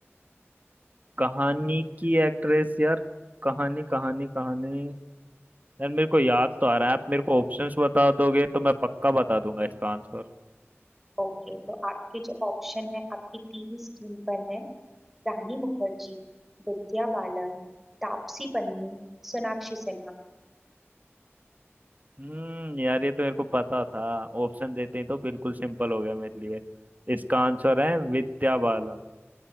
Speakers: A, on the right (about 35°); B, in the centre.
A: कहानी की एक्ट्रेस यार कहानी कहानी कहानी यार मेरे को याद तो आ रहा है आप मेरे को ऑप्शंस बता दोगे तो मैं पक्का बता दूंगा इसका आंसर
B: ओके तो आपके जो ऑप्शन है आपकी टीवी स्क्रीन पर है रानी मुखर्जी विद्या बालन तापसी पन्नू सोनाक्षी सिन्हा
A: हम्म यार ये तो मेरे को पता था ऑप्शन देते ही तो बिल्कुल सिंपल हो गया मेरे लिए इसका आंसर है विद्या बालन